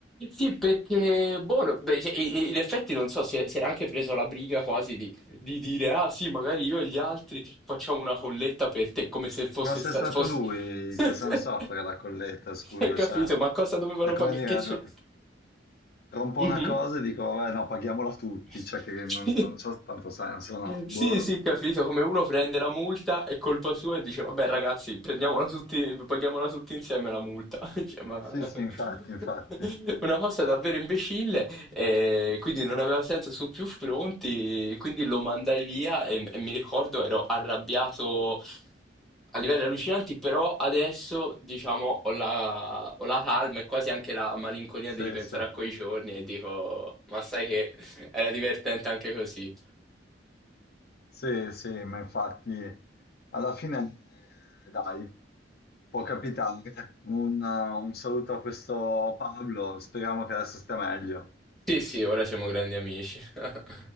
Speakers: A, in the centre; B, on the left.
A: Sì, perché, buono, beh, cioè, i- i- in effetti non so, si, è- si era anche preso la briga quasi di, di dire ah sì, magari io e gli altri facciamo una colletta per te, come se fosse...
B: Ma se
A: sta-
B: è stato
A: fosse...
B: lui
A: <laughs>
B: che San soffre la colletta, scusa,
A: Hai capito?
B: cioè,
A: Ma cosa dovevano
B: è come
A: pagare?
B: dire,
A: Che c'è?
B: r- rompo
A: Mhm.
B: una cosa e dico, vabbè, no, paghiamola tutti,
A: <laughs>
B: cioè che non, non c'ha tanto senso, no? Boh.
A: Sì, sì, capito, come uno prende la multa, è colpa sua e dice, vabbè ragazzi, prendiamola tutti, paghiamola tutti insieme la multa. <laughs> Cioè, ma...
B: Sì, sì, infatti, infatti.
A: <laughs> Una cosa davvero imbecille, e quindi non aveva senso su più fronti, quindi lo mandai via e, e mi ricordo ero arrabbiato a livelli allucinanti, però adesso diciamo ho la, ho la calma e quasi anche la malinconia
B: Sì,
A: di ripensare
B: sì,
A: a quei giorni e dico, ma sai che <laughs> era divertente anche così.
B: sì, sì, ma infatti alla fine, eh, dai, può capitare. Un, eh, un saluto a questo Pablo, speriamo che adesso stia meglio.
A: Sì, sì, ora siamo grandi amici. <laughs>